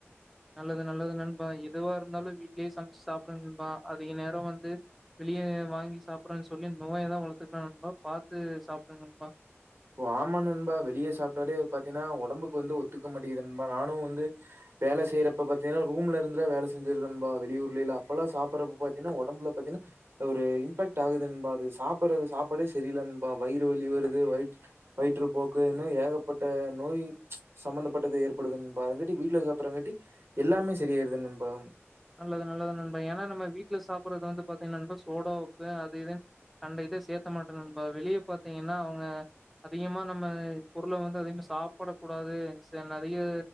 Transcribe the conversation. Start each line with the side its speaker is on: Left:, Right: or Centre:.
Centre: நல்லது நல்லது நண்பா எதுவா இருந்தாலு வீட்லே சமச்சு சாப்பிடுங் நண்பா அதிக நேர வந்து வெளிய வாங்கி சாப்புறன் சொல்லி நோயதா வளர்த்துக்கிலா நண்பா பாத்து சாப்டு நண்பா
Right: ஓ ஆமா நண்பா வெளிய சாப்ட்டாலே பாத்தீங்னா உடம்புக்கு வந்து ஒத்துக்க மாட்டேங்கது நண்பா நானு வந்து வேல செய்றப்ப பாத்தீங்னா ரூம்ல இருந்துலா வேல செஞ்சிருக்க நண்பா வெளியூர்லேல அப்பல்லா சாப்புறப்ப பாத்தீனா உடம்பல பாத்தீனா ஒரு இம்பேக்ட் ஆகுது நண்பா அது சாப்பிறது சாப்பாடே செரியில்ல நண்பா வயிறு வலி வருது வயி வயிற்று போக்கு இன்னு ஏகப்பட்ட நோயி சம்பந்தப்பட்டது ஏற்படுது நண்பா அதங்காட்டி வீட்ல சாப்பிறாங்காட்டி எல்லாமே சரியாயிருது நண்பா
Centre: நல்லது நல்லது நண்பா ஏனா நம்ம வீட்ல சாப்பிறது வந்து பாத்தீனா நண்பா சோடா உப்பு அது இதுன் கண்ட இத சேர்க்க மாட்டோ நண்பா வெளிய பாத்தீங்கன்னா அவுங்க அதிகமா நம்ம பொருள வந்து அதிகமா சாப்பட கூடாது செல நேரத் நய்ய